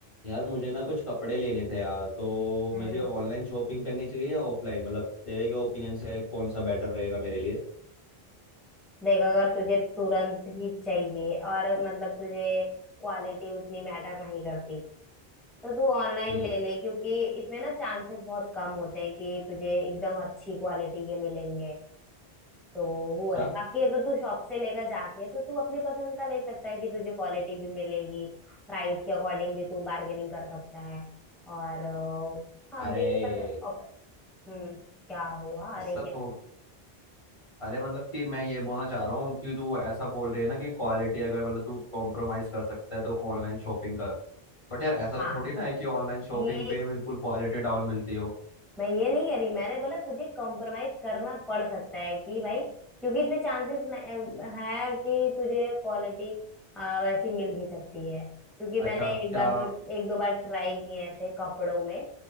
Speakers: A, on the left; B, in the centre.
A: यार मुझे ना कुछ कपड़े लेने थे यार तो
B: हम्म
A: मुझे ऑनलाइन शॉपिंग करनी चाहिए या ऑफलाइन मतलब तेरे क्या ओपिनियन से कौन सा बेटर रहेगा मेरे लिए
B: देख अगर तुझे तुरंत ही चाहिए और मतलब तुझे क्वालिटी उतनी मैटर नहीं करती तो तू ऑनलाइन
A: हम्म
B: ले ले क्योंकि इसमें ना चांसेस बहुत कम होते हैं कि तुझे एकदम अच्छी क्वालिटी के मिलेंगे तो वो
A: अच्छा
B: है बाकी अगर तू शॉप से लेकर जाके तो तू अपने पसंद का ले सकता है कि तुझे क्वालिटी भी मिलेगी प्राइस के अकॉर्डिंग भी तू बार्गेनिंग कर सकता है और अ,
A: अरे
B: हाँ देख भी सकता है अब, हम्म क्या हुआ
A: ऐसा
B: अरे क्या
A: तो अरे मतलब कि मैं ये बोलना चाह रहा हूँ कि तू ऐसा बोल रही है ना कि क्वालिटी अगर मतलब तू कॉम्प्रोमाइज कर सकता है तो ऑनलाइन शॉपिंग कर बट यार ऐसा
B: हाँ
A: थोड़ी ना है कि ऑनलाइन शॉपिंग
B: ये
A: पे बिल्कुल क्वालिटी डाउन मिलती हो
B: मैं ये नहीं कह रही मैंने बोला तुझे कॉम्प्रोमाइज करना पड़ सकता है कि भाई क्योंकि इसमें चांसेस है कि तुझे क्वालिटी वैसी मिल भी सकती है क्योंकि
A: अच्छा
B: मैंने एक
A: क्या
B: बार दो हाँ एक दो बार ट्राई किए हैं ऐसे कपड़ों में